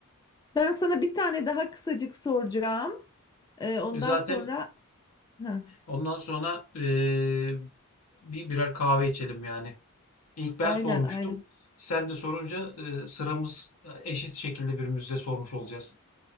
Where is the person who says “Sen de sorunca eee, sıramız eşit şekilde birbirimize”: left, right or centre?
Left